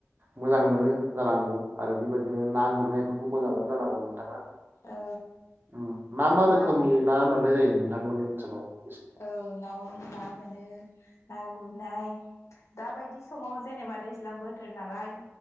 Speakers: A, on the right (about 45°); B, on the left (about 70°).
A: मोजां मोनो जानांगौ आरो बेबायदिनो ना गुरनायफोरखौ मोजां मोनो जानांगौ नोंथाङा
B: औ
A: उम मा मा रोखोमनि
B: ना
A: ना मोननाय जायो नोंथांमोननि सोलाव
B: औ ना अ ना मोनो ना गुरनाय दा बायदि समाव जेनेबा दैज्लां बोथोर नालाय